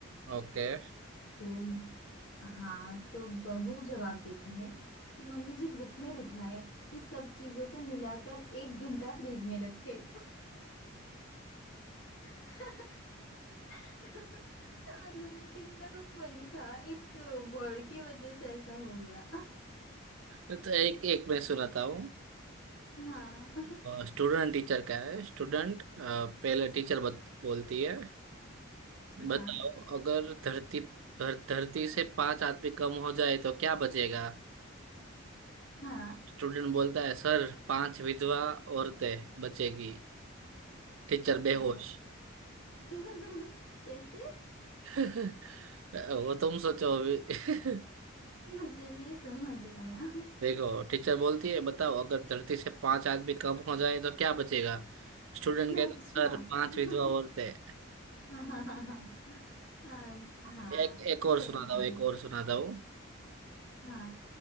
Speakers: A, on the right; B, on the left.
A: ओके <laughs>
B: तो हाँ तो बहू जवाब देती है कि मम्मी जी बुक में लिखा है कि सब चीजों को मिलाकर एक घंटा फ्रिज में रखे <laughs> <laughs> तो मतलब ये कितना फनी था एक वर्ड की वजह से ऐसा हो गया
A: तो एक एक मैं सुनाता हूँ
B: हाँ
A: स्टूडेंट टीचर का है स्टूडेंट पहले टीचर बत, बोलती है
B: हाँ
A: बताओ अगर धरती धर, धरती से पांच आदमी कम हो जाए तो क्या बचेगा
B: हाँ
A: स्टूडेंट बोलता है सर पांच विधवा औरतें बचेगी टीचर बेहोश
B: अ, कैस- <laughs> कैसे
A: <laughs> वो तुम सोचो अभी <laughs>
B: मुझे नहीं समझ आया <laughs>
A: देखो टीचर बोलती है बताओ अगर धरती से पांच आदमी कम हो जाए तो क्या बचेगा स्टूडेंट कहते
B: अच्छा
A: सर
B: हाँ
A: पांच विधवा औरतें
B: हाँ हाँ हाँ अ, हाँ
A: एक एक और
B: सही
A: सुनाता
B: में
A: हूँ एक और सुनाता हूँ
B: हाँ